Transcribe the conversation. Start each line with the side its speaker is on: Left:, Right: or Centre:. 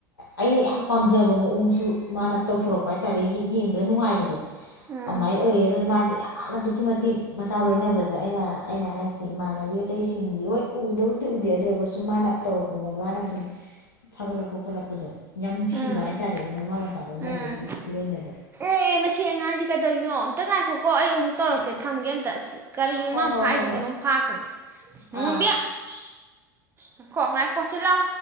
Left: ꯑꯩꯅ ꯌꯥꯝ ꯄꯥꯝꯖꯕ ꯃꯑꯣꯡꯁꯨ ꯃꯥꯅ ꯇꯧꯊꯣꯔꯛꯄ ꯍꯥꯏꯇꯥꯥꯔꯦ ꯌꯦꯡꯕꯗ ꯅꯨꯡꯉꯥꯏꯕꯗꯣ
Right: ꯎꯝ
Left: ꯑꯗꯨꯃꯥꯏꯅ ꯑꯣꯏꯌꯦ ꯑꯗꯨꯅ ꯃꯥꯗꯤ ꯌꯥꯝꯅ ꯑꯗꯨꯛꯀꯤ ꯃꯇꯤꯛ ꯃꯆꯥ ꯂꯣꯏꯅꯕꯁꯦ ꯑꯩꯅ ꯑꯩꯅ ꯍꯥꯏꯁꯤꯗꯤ ꯏꯃꯥꯟꯅꯕꯤ ꯑꯇꯩꯁꯤꯡꯗꯤ ꯍꯣꯏ ꯎꯗꯕꯨꯗꯤ ꯎꯗꯦ ꯑꯗꯨꯔꯒ ꯁꯨꯝ ꯃꯥꯅ ꯇꯧꯔꯛꯄ ꯃꯑꯣꯡꯗ ꯃꯥꯅ ꯁꯨꯝ ꯊꯥꯒꯠꯂꯛꯄ ꯈꯣꯠꯂꯛꯄꯗꯣ ꯌꯥꯝ ꯅꯨꯡ
Right: ꯎꯝ
Left: ꯁꯤꯕ ꯍꯥꯏꯇꯥꯥꯔꯦꯅꯦ ꯃꯃꯥ ꯃꯆꯥ ꯂꯣꯏꯅꯕꯒꯤ
Right: ꯎꯝ
Left: ꯈꯨ ꯂꯣꯏꯅꯗꯣ
Right: ꯑꯦ ꯃꯁꯤ ꯑꯉꯥꯡꯁꯦ ꯀꯩꯗꯧꯅꯣ ꯑꯝꯇ ꯉꯥꯏꯈꯣꯀꯣ ꯑꯩ ꯑꯃꯨꯛ ꯇꯧꯔꯛꯀꯦ ꯊꯝꯒꯦ ꯑꯝꯇ ꯑꯁꯤ ꯀꯔꯤꯅꯣ
Left: ꯍꯣꯏ
Right: ꯃꯥ
Left: ꯍꯣꯏ
Right: ꯐꯥꯏꯁꯦ
Left: ꯍꯣꯏ
Right: ꯀꯩꯅꯣꯝ ꯐꯥꯈ꯭ꯔꯦ ꯃꯨꯝꯕꯤ
Left: ꯑꯥ
Right: ꯉꯏꯈꯣ ꯉꯥꯏꯈꯣ ꯁꯤ ꯂꯥꯎ